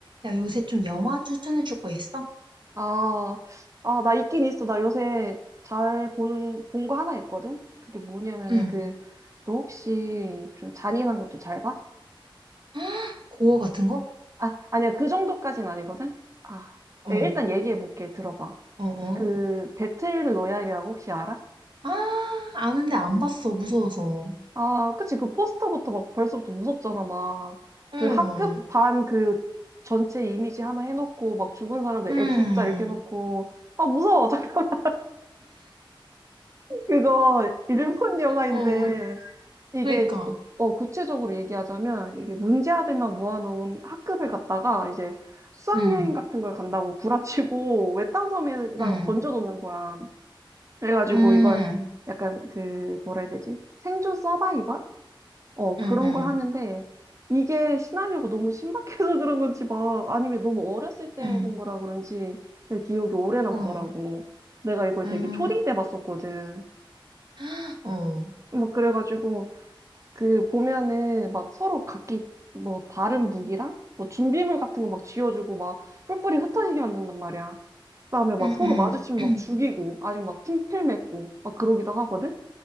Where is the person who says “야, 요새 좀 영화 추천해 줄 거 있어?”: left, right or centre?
Right